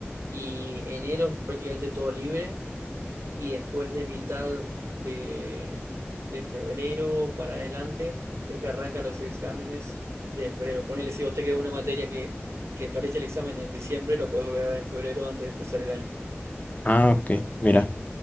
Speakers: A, on the right (about 80°); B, on the left (about 35°).
A: y enero es prácticamente todo libre y después de mitad de, de febrero para adelante es que arrancan los exámenes de febrero. Ponele, si vos te quedó una materia que, que parece el examen en diciembre, lo podés volver a dar en febrero antes de empezar el año.
B: Ah, ok, mira.